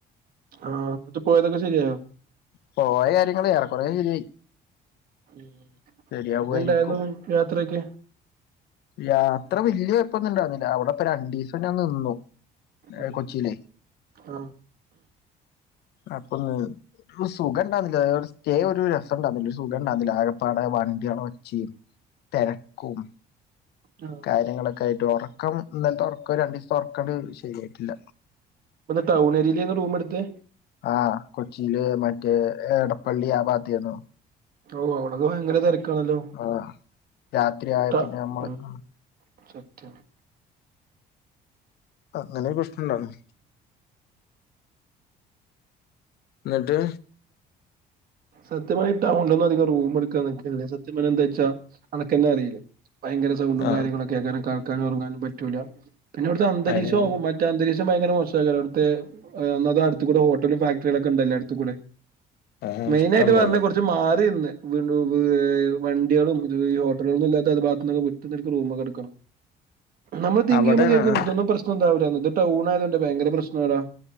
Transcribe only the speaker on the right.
ആഹ് എന്നിട്ട് പോയതൊക്കെ ശരിയായൊ
ഉം.
എങ്ങനെ ഉണ്ടായിരുന്നു യാത്രയൊക്കെ?
ഉം.
ആ
ആ
ടൗൺ ഏരിയായിൽ ചെന്നാ റൂമെടുത്തെ
ഓ അവിടത് ഭയങ്കര തിരക്കാണല്ലോ?
ത
ഉം
സത്യാണ്.
സത്യപറഞ്ഞാ ടൗണിലൊന്നും അധികം റൂം എടുക്കാൻ നിക്കരുത്. സത്യം പറഞ്ഞ എന്താച്ചാ അനക്ക് തന്നെ അറിയില്ലേ ഭയങ്കര സൗണ്ടും
കാര്യങ്ങളായ്കാരം കിടക്കാനും ഉറങ്ങാനും പറ്റൂല്ല. പിന്നെ അവിടുത്തെ അന്തരീക്ഷം
<unintelligible> ത്തെ അന്തരീക്ഷം ഭയങ്കര മോശായ്കാരം അവിട്ത്തെഏഹ് ന്ന്ച്ചാ അടുത്ത് കൂടെ ഹോട്ടലും ഫാക്ടറികളൊക്കെ ഉണ്ടല്ലോ അടുത്തു കൂടെ.
മെയിനായിട്ട്
പറഞ്ഞ
കുറച്ച് മാറി നിന്ന് വീ വണ്ടികളും ഈ ഹോട്ടലുകളന്നുംല്ലാത്ത ആ ഭാഗത്ത് നിന്നക്കെ വിട്ടുന്നനിക്കണ റൂമൊക്കെ എടുക്കണം. നമ്മൾ തിങ്ക്
ചെയ്യുമ്പോ <unintelligible>
പ്രശ്‌നമുണ്ടാവില്ല ഇത് ടൗൺ ആയത് കൊണ്ട് ഭയങ്കര പ്രശ്നം ആടാ